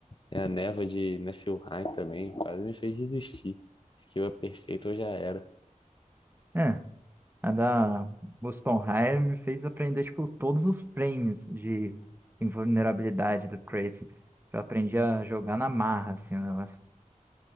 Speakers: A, on the left; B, on the right.
A: É a neva de Niflheim também. Quase me fez desistir. Skill é perfeito, eu já era.
B: É. A da Muspelheim me fez aprender, tipo, todos os frames de invulnerabilidade do Kratos. Eu aprendi a jogar na marra, assim, o negócio.